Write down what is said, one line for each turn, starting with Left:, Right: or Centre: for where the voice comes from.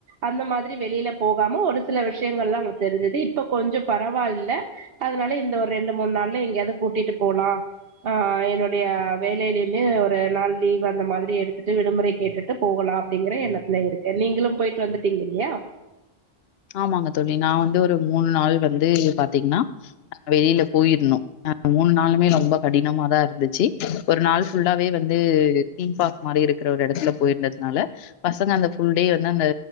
Right: அந்த மாதிரி வெளில போகாம ஒரு சில விஷயங்கள்லா அவங்களுக்கு தெரிஞ்சுது இப்ப கொஞ்ச பரவால்ல அதனால இந்த ஒரு ரெண்டு மூணு நாள்ல எங்கயாது கூட்டிட்டு போலா ஆ என்னுடைய வேலைலயுமே ஒரு நாள் லீவ் அந்த மாதிரி எடுத்துட்டு விடுமுறை கேட்டுட்டு போகலா அப்டிங்கற எண்ணத்துல இருக்கே நீங்களு போயிட்டு வந்துட்டீங்க இல்லையா
Left: ஆமாங்க தோழி நா வந்து ஒரு மூணு நாள் வந்து பாத்தீங்ன்னா அ வெளில போயிருந்தோ ஆ மூணு நாளுமே ரொம்ப கடினமாதா இருந்துச்சி ஒரு நாள் ஃபுல்லாவே வந்து தீம்பார்க் மாரி இருக்கிற ஒரு எடத்துல போயிருந்ததுனால பசங்க அந்த ஃபுல் டே வந்து அந்த